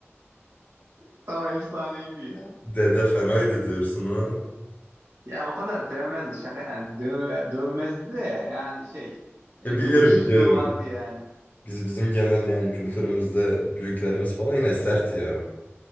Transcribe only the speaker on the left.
Dede fenaydı diyorsun ha.
Ya
biliyorum
biliyorum.
Biz bizim genel yani kültürümüzde büyüklerimiz falan yine sert ya.